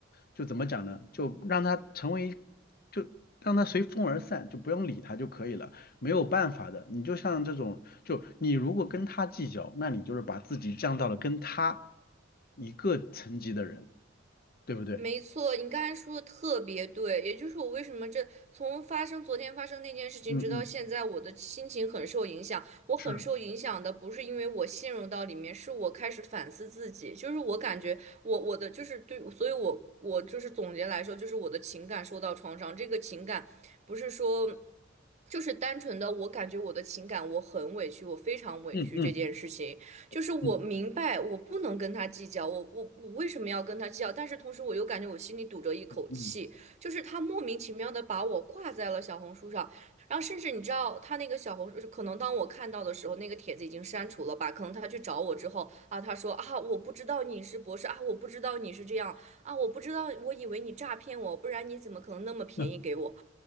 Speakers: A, on the left; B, on the right.
A: 就怎么讲呢，就让它成为就让它随风而散，就不用理它就可以了，没有办法的，你就像这种就你如果跟他计较，那你就是把自己降到了跟他一个层级的人，对不对？
B: 没错，你刚才说的特别对，也就是我为什么这从发生昨天发生那件事情直到现在，
A: 嗯嗯，
B: 我的心情很受影响。我很受影响的不是因为我陷入到里面，
A: 是，
B: 是我开始反思自己，就是我感觉我我的就是对，所以我我就是总结来说，就是我的情感受到创伤，这个情感不是说。就是单纯的，我感觉我的情感我很委屈，我非常委屈这件事情，
A: 嗯嗯
B: 就是我明白我不能跟他计较，
A: 嗯
B: 我我我为什么要跟他计较？但是同时我又感觉我心里堵着一口气，
A: 嗯
B: 就是他莫名其妙的把我挂在了小红书上，然后甚至你知道他那个小红书，可能当我看到的时候，那个帖子已经删除了吧？可能他去找我之后啊，他说啊，我不知道你是博士啊，我不知道你是这样啊，我不知道，我以为你诈骗我，不然你怎么可能那么便宜给我？
A: 嗯。嗯